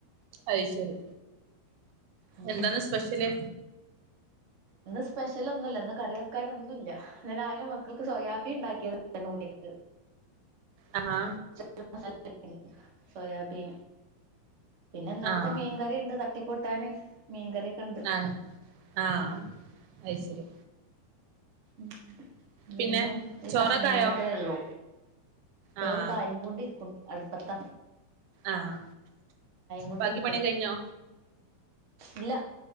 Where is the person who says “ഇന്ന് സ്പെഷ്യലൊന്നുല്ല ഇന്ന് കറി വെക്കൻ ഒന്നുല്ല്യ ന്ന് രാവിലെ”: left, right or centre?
Right